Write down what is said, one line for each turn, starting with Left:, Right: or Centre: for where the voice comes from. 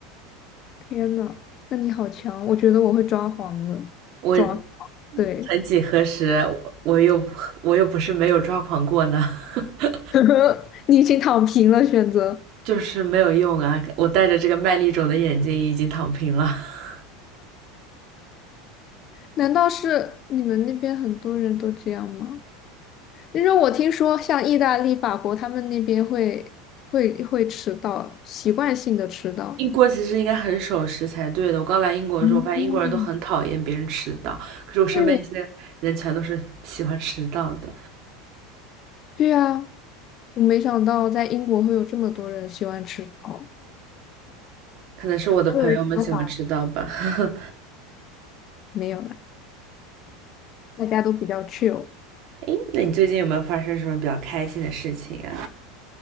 Left: 天呐，那你好强，我觉得我会抓狂了，
Right: 我
Left: 抓狂，对，
Right: 曾几何时，我又我又不是没有抓狂过呢。<laughs>
Left: <laughs> 你已经躺平了，选择。
Right: 就是没有用啊！我戴着这个麦粒肿的眼睛已经躺平了。<laughs>
Left: 难道是你们那边很多人都这样吗？因为我听说像意大利、法国，他们那边会会会迟到，习惯性的迟到。
Right: 英国其实应该很守时才对的。我刚来英国的时候，
Left: 嗯，
Right: 发现英国人都很讨厌别人迟到，可是我身边一些人全都是喜欢迟到的，
Left: 对，对呀，我没想到在英国会有这么多人喜欢迟到。
Right: 可能是我的朋友们喜欢迟到吧。
Left: 我以为只有法
Right: <laughs>
Left: 没有了，大家都比较 chill。
Right: 诶，那你最近有没有发生什么比较开心的事情啊？